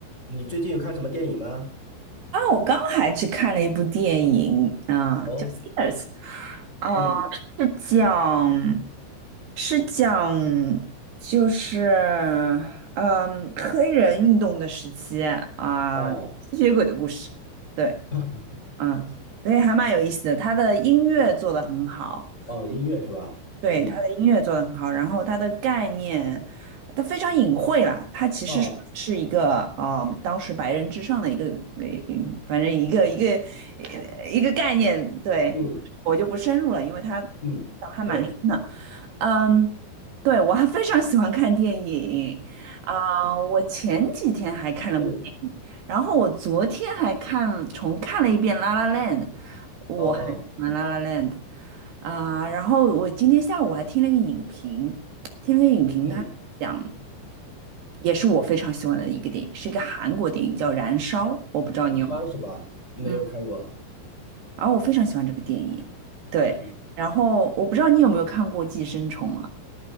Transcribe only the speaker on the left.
你最近有看什么电影吗？
哦，
嗯，
哦，
<laughs>
哦，音乐是吧？
嗯，
哦，
嗯
嗯，
对，
嗯，
哦，
嗯，
燃烧是吧？
没有看过，
嗯，